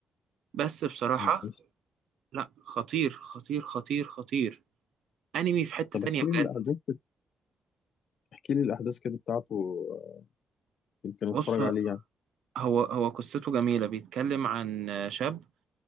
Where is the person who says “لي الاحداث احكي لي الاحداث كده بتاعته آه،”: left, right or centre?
Left